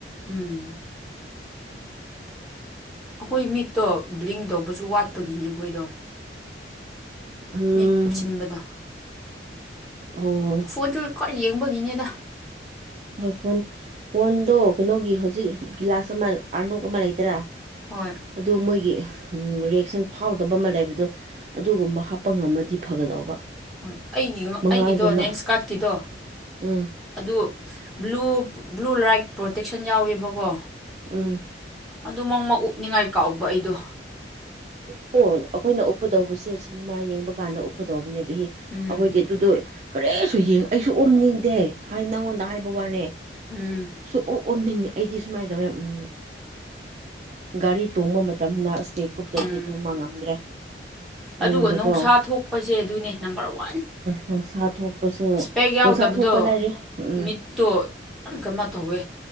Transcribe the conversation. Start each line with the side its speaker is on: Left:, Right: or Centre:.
Centre: ꯎꯝ ꯑꯈꯣꯏ ꯃꯤꯠꯇꯣ ꯕ꯭ꯂꯤꯡ ꯇꯧꯕꯁꯨ ꯋꯥꯠꯄꯒꯤꯅꯦ ꯑꯈꯣꯏꯗꯣ
Right: ꯎꯝ
Centre: ꯃꯤꯠ ꯀꯨꯞꯁꯤꯟꯕꯗꯣ
Right: ꯑꯣ
Centre: ꯐꯣꯟꯁꯨ ꯈ꯭ꯋꯥꯏ ꯌꯦꯡꯕꯒꯤꯅꯦꯗ
Right: ꯍꯣꯏ ꯐꯣꯟ ꯐꯣꯟꯗꯣ ꯀꯩꯅꯣꯒꯤ ꯍꯧꯖꯤꯛ ꯒꯤꯂꯥꯁ ꯑꯃ ꯑꯅꯣꯛ ꯑꯃ ꯂꯩꯇ꯭ꯔꯥ
Centre: ꯍꯣꯏ
Right: ꯑꯗꯨ ꯃꯣꯏꯒꯤ ꯔꯤꯌꯦꯛꯁꯟ ꯐꯥꯎꯗꯕ ꯑꯃ ꯂꯩꯕꯗꯣ ꯑꯗꯨꯒꯨꯝꯕ ꯍꯥꯞꯄ ꯉꯝꯃꯗꯤ ꯐꯒꯗꯧꯕ
Centre: ꯍꯣꯏ ꯑꯩꯒꯤ
Right: ꯃꯉꯥꯜꯒꯨꯝꯕ
Centre: ꯑꯩꯒꯤꯗꯣ ꯂꯦꯟꯁꯀꯥꯔꯠ ꯀꯤꯗꯣ
Right: ꯎꯝ
Centre: ꯑꯗꯨ ꯕ꯭ꯂꯨ ꯕ꯭ꯂꯨ ꯔꯥꯏꯠ ꯄ꯭ꯔꯣꯇꯦꯛꯁꯟ ꯌꯥꯎꯋꯦꯕꯀꯣ
Right: ꯎꯝ
Centre: ꯑꯗꯨ ꯃꯪꯃ ꯎꯞ ꯅꯤꯉꯥꯏ ꯀꯥꯎꯕ ꯑꯩꯗꯣ
Right: ꯎꯞꯄꯣ ꯑꯈꯣꯏꯅ ꯎꯞꯄꯗꯧꯕꯁꯦ ꯁꯤꯟꯃꯥ ꯌꯦꯡꯕ ꯀꯥꯟꯗ ꯎꯞꯀꯗꯧꯕꯅꯦ
Centre: ꯎꯝ
Right: ꯑꯈꯣꯏꯗꯤ ꯑꯗꯨꯗꯣ ꯀꯔꯤꯁꯨ ꯌꯦꯡ ꯑꯩꯁꯨ ꯎꯞꯅꯤꯡꯗꯦ ꯍꯥꯏ ꯅꯪꯉꯣꯟꯗ ꯍꯥꯏꯕ ꯋꯥꯅꯦ
Centre: ꯎꯝ
Right: ꯁꯨꯛꯎꯞ ꯎꯞꯅꯤꯡꯗꯦ ꯑꯩꯗꯤ ꯁꯨꯃꯥꯏ ꯇꯧꯔꯦ ꯎꯝ ꯒꯥꯔꯤ ꯇꯣꯡꯕ ꯃꯇꯝꯗ ꯁ꯭ꯄꯦꯛ ꯎꯞꯇ꯭ꯔꯗꯤ
Centre: ꯎꯝ
Right: ꯑꯗꯨꯃ ꯉꯝꯗ꯭ꯔꯦ ꯑꯩꯉꯣꯟꯗꯀꯣ
Centre: ꯑꯗꯨꯒ ꯅꯣꯡꯁꯥ ꯊꯣꯛꯄꯁꯦ ꯑꯗꯨꯅꯦ ꯅꯝꯕꯔ ꯋꯥꯟ
Right: ꯅꯣꯡꯁꯥ ꯊꯣꯛ ꯄꯁꯨ
Centre: ꯏꯁꯄꯦꯛ ꯌꯥꯎꯗꯕꯗꯣ
Right: ꯅꯣꯡꯁꯥ ꯊꯣꯛꯄ ꯂꯥꯏꯔꯤ ꯎꯝ
Centre: ꯃꯤꯠꯇꯣ ꯌꯥꯝ ꯀꯃꯥꯏ ꯇꯧꯋꯦ